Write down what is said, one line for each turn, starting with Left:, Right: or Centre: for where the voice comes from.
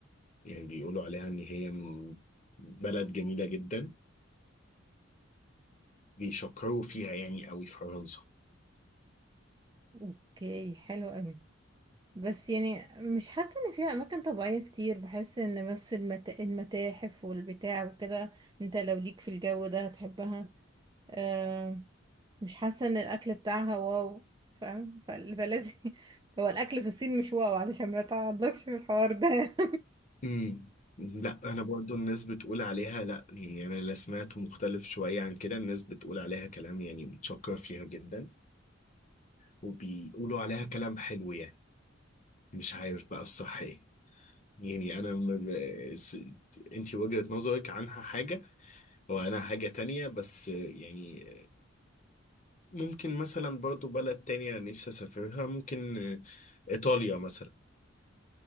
Left: يعني بيقولوا عليها إن هي من بلد جميلة جدا بيشكروا فيها يعني قوي في فرنسا
Right: اوكي حلو قوي بس يعني مش حاسة ان فيها اماكن طبيعية كتير بحس ان بس المت... المتاحف والبتاع وكده انت لو ليك في الجو ده هتحبها آه مش حاسة ان الاكل بتاعها واو فاهم ف- فلازم <laughs> هو الاكل في الصين مش واو علشان ما تعضلكش في الحوار ده <laughs> يعني.
Left: امم لا أنا برضو الناس بتقول عليها لا يعني أنا اللي سمعته مختلف شوية عن كده الناس بتقول عليها كلام يعني بتشكر فيها جدا وبيقولوا عليها كلام حلو يعني مش عارف بقى الصح إيه يعني انا م... س... انت وجهة نظرك عنها حاجة وانا حاجة تانية بس يعني ممكن مثلا برضو بلد تانية نفسي اسافرها ممكن ايطاليا مثلا